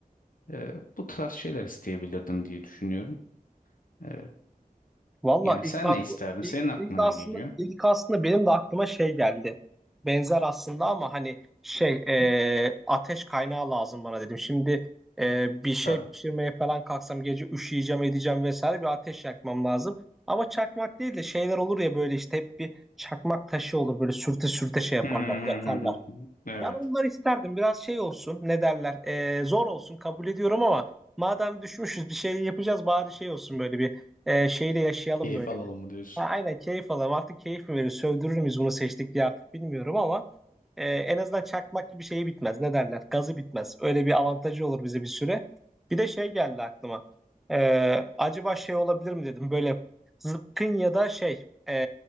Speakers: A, on the left (about 65°); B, in the centre.
A: Ee, bu tarz şeyler isteyebilirdim diye düşünüyorum. Ee,
B: Valla
A: Yani
B: ilk,
A: sen
B: aklı-
A: ne isterdin? Senin
B: ilk,
A: aklına
B: ilk aslında
A: ne geliyor?
B: ilk aslında benim de aklıma şey geldi. Benzer aslında ama hani şey e, ateş kaynağı lazım bana dedim. Şimdi e, bir şey
A: Tabii.
B: pişirmeye falan kalksam gece üşüyeceğim edeceğim vesaire bir ateş yakmam lazım. Ama çakmak değil de şeyler olur ya böyle işte hep bir çakmak taşı olur böyle sürte sürte şey yaparlar
A: Hı hı
B: yakarlar.
A: hı hı hı. Evet.
B: Ben onları isterdim. Biraz şey olsun. Ne derler? Ee, zor olsun. Kabul ediyorum ama madem düşmüşüz bir şey yapacağız. Bari şey olsun böyle bir e, şeyle yaşayalım
A: Keyif
B: böyle
A: alalım
B: bir.
A: mı diyorsun?
B: Ha, aynen keyif alalım. Artık keyif mi verir? Sövdürür müyüz bunu seçtik diye artık bilmiyorum ama e, en azından çakmak gibi şeyi bitmez. Ne derler? Gazı bitmez. Öyle bir avantajı olur bize bir süre. Bir de şey geldi aklıma. Ee, acaba şey olabilir mi dedim. Böyle zıpkın ya da şey e,